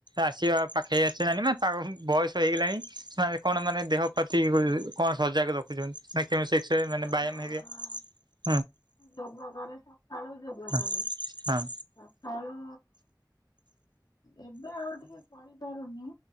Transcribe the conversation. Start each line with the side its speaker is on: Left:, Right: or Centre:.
Right: ଆସିବା ପାଖେଇ ଆସିବ ମାନେ ତା ବୟସ ହେଇଗଲାଣି ସେମାନେ କଣ ମାନେ ଦେହ ପ୍ରତି କୋ ଉ କଣ ସଜାକ ରଖିଚନ୍ତି ନା କେବଳ ସେ ଏକ୍ସସାଇଜ
Left: ହଁ
Right: ମାନେ ବ୍ୟାୟାମ ହରିକା
Left: ଯୋଗ କରେ ସକାଳୁ ଯୋଗ
Right: ହଁ
Left: କରେ। ସକାଳୁ
Right: ହଁ।
Left: ଏବେ ଆଉ ଟିକେ କରିପାରୁନି।